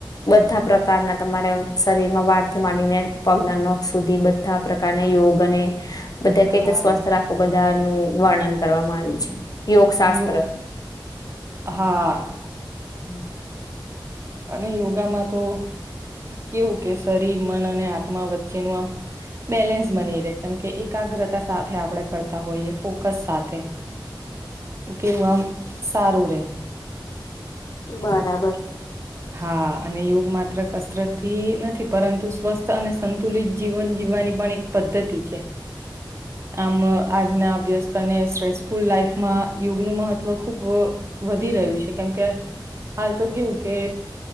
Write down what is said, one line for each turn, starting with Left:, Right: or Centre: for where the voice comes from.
Left: બધા પ્રકારના તમારે શરીર માં વાળ થી માંડીને પગ ના નક સુધી બધા પ્રકારના યોગ અને બધા કઈ
Right: હા
Left: તો સ્વસ્થ રાખવ બધાનું. વર્ણન કરવામાં આવ્યું છે. યોગ શાસ્ત્ર
Right: અને હા
Left: હમ
Right: અને યોગામાં તો કેવું કે શરીર મન અને આત્મા વચ્ચેનું આમ બેલેન્સ બની રહે કેમકે એકાગ્રતા સાથે આપણે કરતા હોઈએ ફોકસ સાથે કેવું આમ સારું રે.
Left: બરાબર
Right: હા અને યોગ માત્ર કસરતથી નથી પરંતુ સ્વસ્થ અને સંતુલિત જીવન જીવવાની પણ એક પદ્ધતિ છે આમ આજના અભ્યસ્ત અને સ્ટ્રેસફુલ લાઈફમાં યોગનું મહત્વ ખુબ વધી રહ્યું છે કેમ કે હાલ તો ગયવું કે